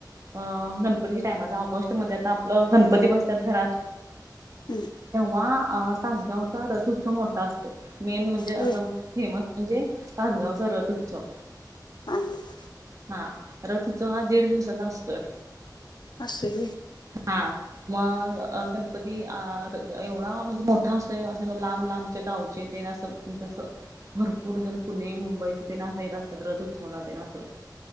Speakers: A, on the right; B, on the left.
A: अ गणपतीच्या टाइमाला आता ऑगस्टमध्ये आता आपलं गणपती बसत्यात घरात.
B: <inaudible> <unintelligible>
A: तेव्हा तासगावचा रथोत्सव मोठा असतो, मेन म्हणजे असं
B: होय
A: फेमस म्हणजे तासगावचा रथोत्सव.
B: हा हा
A: हा र <unintelligible> तुचा हा दीड दिवसाचा असतोय.
B: असे व्हयं.
A: हा. मग गणपती अं.. एवढा म्हणजे, मोठा असो अस लांब लांबचे गावचे ते असं. तसं भरपूर जण पुणे मुंबई तिथे, नासाेत असतात रथ उत्सवना ते ना असं.